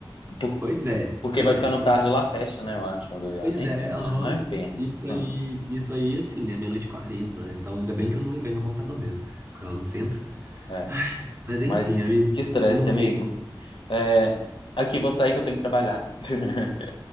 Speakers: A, on the left; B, on the right.
A: por-
B: Pois é,
A: porque
B: pois
A: vai
B: é.
A: ficando
B: Tipo,
A: tarde lá fecha, né? Eu acho, rodoviária.
B: Pois
A: Enfim,
B: é, aham.
A: é, lá é um inferno.
B: Isso aí,
A: Hum.
B: isso aí, assim, né? Meia-noite e 40. Então, ainda bem que eu não levei meu computador mesmo, porque lá no centro.
A: É.
B: Ai, mas enfim,
A: Mas
B: amigo.
A: que estresse,
B: E no
A: amigo.
B: meio.
A: É, aqui vou sair que eu tenho que trabalhar. <laughs>